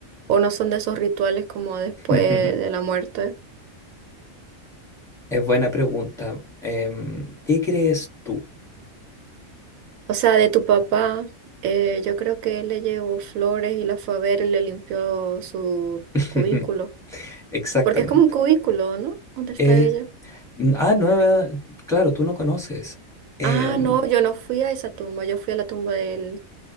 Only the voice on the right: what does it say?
o no son de esos rituales como después
de la muerte?
O sea, de tu papá, eh, yo creo que él le llevó flores y la fue a ver y le limpió su
cubículo.
Porque es como un cubículo, ¿no? ¿Dónde está
ella?
Ah, no, yo no fui a esa tumba, yo fui a la tumba del,